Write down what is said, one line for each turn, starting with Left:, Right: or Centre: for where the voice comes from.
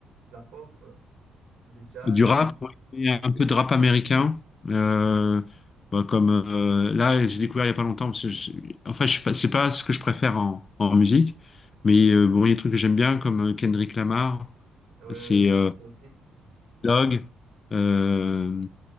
Right: de la pop, du jazz.
Left: du rap, ouais, un peu de rap américain. Euh, bah, comme euh, là, j'ai découvert il n'y a pas longtemps. Parce que je- enfin, je, sais pas- c'est pas ce que je préfère en, en musique, mais euh, bon, il y a des trucs que j'aime bien, comme euh, Kendrick Lamar,
Right: Oui, oui,
Left: c'est
Right: j'écoute
Left: euh,
Right: aussi.
Left: Log. euh,